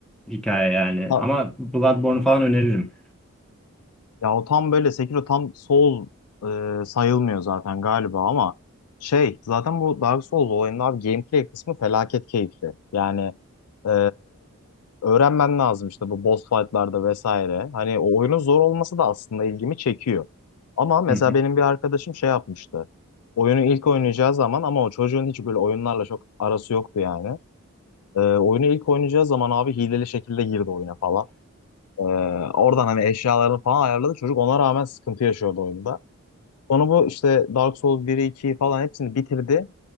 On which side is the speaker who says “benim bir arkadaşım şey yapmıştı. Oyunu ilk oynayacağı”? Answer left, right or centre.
Left